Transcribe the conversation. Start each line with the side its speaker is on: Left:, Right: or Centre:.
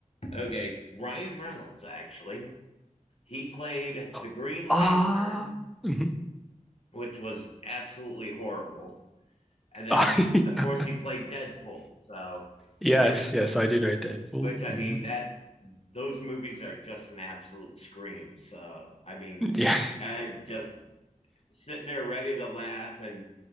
Left: Okay, Ryan Reynolds actually. He played
Centre: <gasps>
Left: the Green Lantern,
Centre: Ah. Mhm.
Left: which was absolutely horrible And then,
Centre: <laughs>
Left: of course, he played Deadpool. So,
Centre: Yes.
Left: which,
Centre: Yes, I do know Deadpool.
Left: which I
Centre: Mhm.
Left: mean, that those movies are just an absolute scream. So, I mean,
Centre: Yeah.
Left: I just sitting there ready to laugh, and